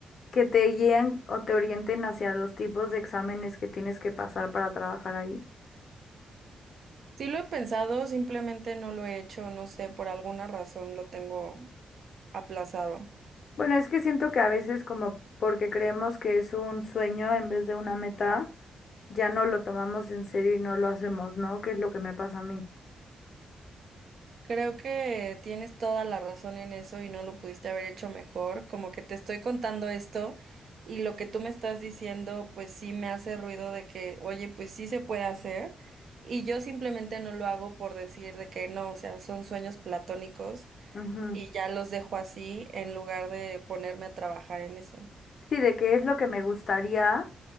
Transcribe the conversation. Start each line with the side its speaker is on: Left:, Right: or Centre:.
Left: que te guíen o te orienten hacia los tipos de exámenes que tienes que pasar para trabajar ahí?
Right: Sí lo he pensado, simplemente no lo he hecho, no sé, por alguna razón lo tengo aplazado.
Left: Bueno, es que siento que a veces como porque creemos que es un sueño en vez de una meta, ya no lo tomamos en serio y no lo hacemos, ¿no? Que es lo que me pasa a mí.
Right: Creo que tienes toda la razón en eso y no lo pudiste haber hecho mejor, como que te estoy contando esto y lo que tú me estás diciendo, pues sí me hace ruido de que, oye, pues sí se puede hacer y yo simplemente no lo hago por decir de que no, o sea, son sueños platónicos
Left: Ujú.
Right: y ya los dejo así en lugar de ponerme a trabajar en eso.
Left: Sí, de qué es lo que me gustaría.